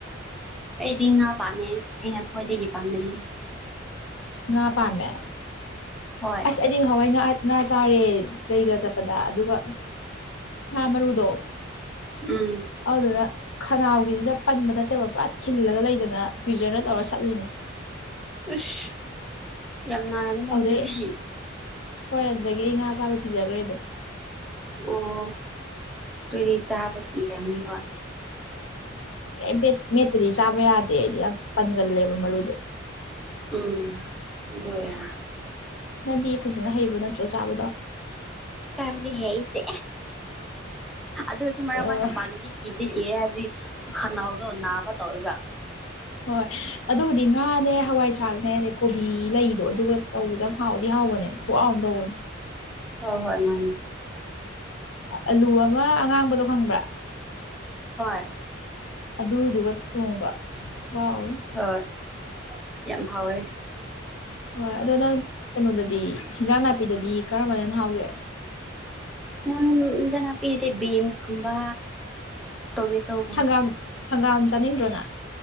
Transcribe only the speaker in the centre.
ꯑꯩꯗꯤ ꯉꯥ ꯄꯥꯝꯃꯦ ꯑꯩꯅ ꯈ꯭ꯋꯥꯏꯗꯒꯤ ꯄꯥꯝꯕꯗꯤ
ꯍꯣꯏ
ꯎꯝ
ꯁ ꯌꯥꯝ ꯅꯥꯔ ꯌꯥꯝꯨꯔꯗꯤ
ꯑꯣ ꯇꯣꯏꯗꯤ ꯆꯥꯕ ꯀꯤꯔꯝꯅꯤꯕ
ꯎꯝ ꯑꯗꯨꯌꯦ
ꯆꯥꯕꯗꯤ ꯍꯦꯛꯁꯦ ꯑꯗꯨ ꯑꯣꯏꯔꯁꯨ ꯃꯔꯥꯡ
ꯃꯔꯛꯇ ꯄꯥꯜꯂꯗꯤ ꯀꯤꯕꯗꯤ ꯀꯤꯌ‌ꯦ ꯍꯥꯏꯕꯗꯤ ꯈꯅꯥꯎꯗꯣ ꯅꯥꯕ ꯇꯧꯋꯦꯕ
ꯍꯣꯏ ꯍꯣꯏ ꯃꯥꯅꯦ
ꯍꯣꯏ
ꯍꯣꯏ ꯌꯥꯝ ꯍꯥꯎꯋꯦ
ꯅꯪ ꯏꯟꯖꯥꯡ ꯅꯥꯄꯤꯒꯤꯗꯤ ꯕꯤꯟꯁꯀꯨꯝꯕ ꯇꯣꯃꯦꯇꯣ